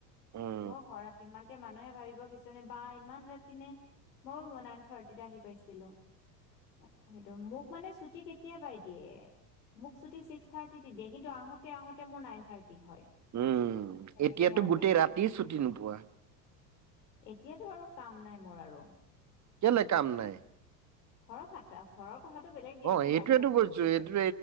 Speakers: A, on the right; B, on the left.
A: অঁ'
B: মই ঘৰত ইমান তে মানুহে ভাবিব কিছ নে বা ইমান ৰাতি নে? মইও ময় নাইন থাৰটিতে আহি পাইছিলো। অঁ' সেইটো, মোক মানে চুটি কেতিয়াবাই দিয়ে। মোক ছুটী ছিক্স থাৰ্টিতে দিয়ে, কিন্তু আহোঁতে আহোতে মোৰ নাইন থাৰ্টি হয়।
A: উম'
B: সেনেকে
A: এতিয়াতো
B: আৰু
A: গোটেই ৰাতি ছুটি নোপোৱা।
B: এতিয়াতো আৰু কাম নাই মোৰ আৰু।
A: কেলে কাম নাই?
B: অঁ' ফাত- তা ঘৰৰ কথাটো বেলেগ দিয়াচোন,
A: অ সেইটোয়েতো
B: বাহিৰৰ কথাটো
A: কৈছো
B: বেলেগ,
A: এইটো